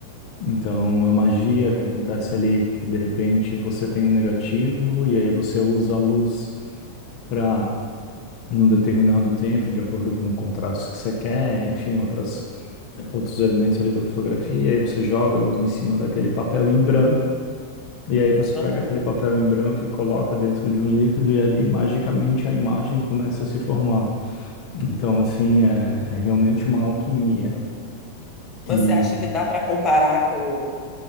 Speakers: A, on the left (about 40°); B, on the left (about 20°).
A: Então, a magia que acontece ali, que de repente você tem um negativo e aí você usa a luz. para num determinado tempo, de acordo com o contraste que você quer, enfim, outras, outros elementos ali da fotografia, aí você joga a luz em cima daquele papel em branco, e aí você
B: Aham.
A: pega aquele papel em branco e coloca dentro de um líquido, e ali, magicamente, a imagem começa a se formar. Então, assim, é, é realmente uma alquimia. E
B: Você acha que dá para comparar com